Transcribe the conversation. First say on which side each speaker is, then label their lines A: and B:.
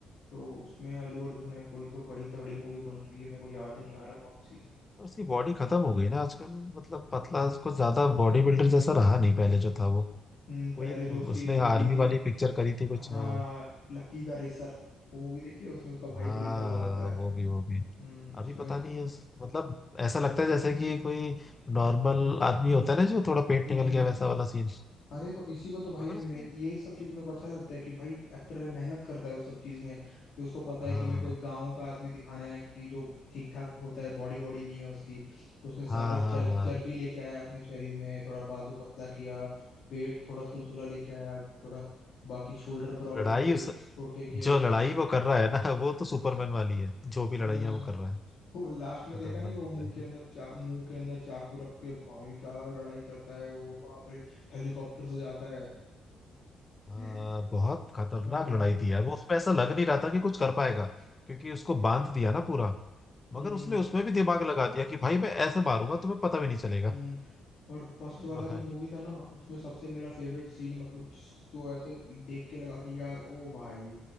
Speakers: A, on the left; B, on the left.
A: तो उसमें अल्लू अर्जुन है कोई तो बड़ी तगड़ी मूवी बन रही है मेरे को याद नहीं आ रहा कौन सी
B: और उसकी बॉडी खत्म हो गई ना आजकल मतलब पतला उसको ज्यादा बॉडी बिल्डर जैसा रहा नहीं पहले जो था वो
A: हम्म
B: कोई
A: पहले
B: एक
A: जो उसकी
B: उसने
A: मूवी
B: आर्मी
A: थी
B: वाली पिक्चर करी थी कुछ
A: हाँ
B: हाँ
A: लक्की द रेसर वो मूवी देखी है उसमें उसका भाई
B: हाँ,
A: पुलिस वाला होता है
B: वो भी वो भी
A: हम्म
B: अभी
A: उसमें
B: पता नहीं है उस मतलब ऐसा लगता है जैसे कि कोई नॉर्मल आदमी होता है ना जो थोड़ा पेट
A: हम्म
B: निकल गया वैसा वाला सीन
A: अरे तो इसी को तो भाई
B: मगर
A: मैं
B: उसकी
A: यही सब चीज मेरे को अच्छा लगता है कि भाई एक्टर है मेहनत करता है उस सब चीज में कि उसको पता है
B: हाँ
A: कि मेरे को एक गाँव का आदमी दिखाना है कि जो ठीक ठाक होता है बॉडी वॉडी नहीं है उसकी तो उसने सारा
B: हाँ
A: चर्बी
B: हाँ हाँ
A: चर्बी लेके आया अपने शरीर में थोड़ा बाजू पतला किया पेट थोड़ा थुलथुला लेके आया थोड़ा बाकी शोल्डर ब्रॉड
B: लड़ाई
A: थे
B: उस
A: छोटे किए उसने
B: जो लड़ाई वो कर रहा है ना वो तो सुपरमैन वाली है जो भी लड़ाइयाँ
A: हम्म
B: वो कर रहा है
A: वो लास्ट में
B: खतरनाक
A: देखा नहीं वो मुंह
B: लड़ाई
A: के अंदर चा मुंह के अंदर चाकू रख के भाई क्या लड़ाई करता है वो बाप रे हेलीकॉप्टर से जाता
B: आ,
A: है <laughs>
B: बहुत खतरनाक
A: हाँ भाई
B: लड़ाई थी यार वो उसमें ऐसा लग नहीं रहा था कि कुछ कर
A: हम्म
B: पाएगा क्योंकि उसको बांध दिया ना पूरा मगर
A: हम्म
B: उसने उसमें भी दिमाग लगा दिया कि भाई मैं ऐसे मारूंगा तुम्हें पता भी नहीं चलेगा
A: हम्म। और फर्स्ट वाला
B: भाई
A: जो मूवी था ना उसमें सबसे मेरा फेवरेट सीन मतलब जिस जो ऐसे देख के लगा कि यार ओ भाई